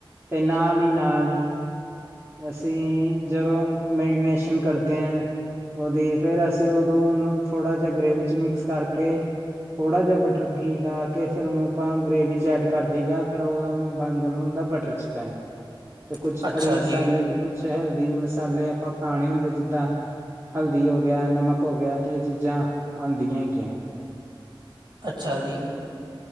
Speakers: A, on the right; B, on the right.
A: ਤੇ, ਨਾਲ ਹੀ ਨਾਲ ਅਸੀਂ ਜਦੋਂ, ਮੈਡੀਨੇਸ਼ਨ ਕਰਦੇ ਹਾਂ ਉਹਦੀ ਫਿਰ, ਅਸੀਂ ਉਦੋਂ ਉਹਨੂੰ ਥੋੜ੍ਹਾ ਜਿਹਾ ਗ੍ਰੇਵੀ'ਚ ਮਿਕਸ ਕਰਕੇ ਥੋੜਾ ਜਿਹਾ ਬਟਰ ਘੀ ਲਾਕੇ, ਫਿਰ ਉਹਨੂੰ ਆਪਾਂ ਗ੍ਰੇਵੀ'ਚ ਐਡ ਕਰ ਦਈਦਾ, ਫਿਰਰ ਉਹਦਾ ਬਣ ਜਾਂਦਾ ਹੁੰਦਾ ਬ ਬਟਰ ਚਿਕਨ।
B: <inaudible>
A: ਤੇ ਕੁਛ
B: ਅੱਛਾ
A: ਖੜੇ ਮਸਾਲੇ,
B: ਜੀ
A: ਤੇ ਕੁਛ ਹੈਲਦੀ ਮਸਾਲੇ ਆਪਾਂ ਪਾਣੇ ਹੁੰਦੇ ਜਿੱਦਾਂ ਹਲਦੀ ਹੋਗਿਆ, ਨਮਕ ਹੋਗਿਆ ਅਤੇ ਇਹ ਚੀਜ਼ਾਂ ਆਂਦੀਆਂ ਹੈਗੀਆਂ।
B: ਅੱਛਾ ਜੀ।